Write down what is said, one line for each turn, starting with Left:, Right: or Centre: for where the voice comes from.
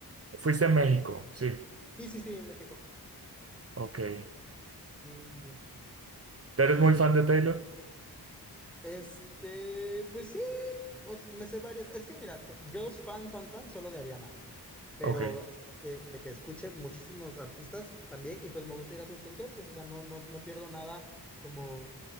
Right: ¿Fuiste a México? Sí,
Centre: Sí, sí, sí, en México.
Right: ok. ¿Eh?
Centre: Sí, sí, sí.
Right: ¿Eres muy
Centre: Y
Right: fan de Taylor?
Centre: este, pues sí, pues, me sé varias. Es que mira, te- yo fan, fan, fan solo de Ariana, pero
Right: Ok,
Centre: así de que, de que escuche muchísimos artistas también y pues me gusta ir a sus conciertos, o sea, no, no, no pierdo nada como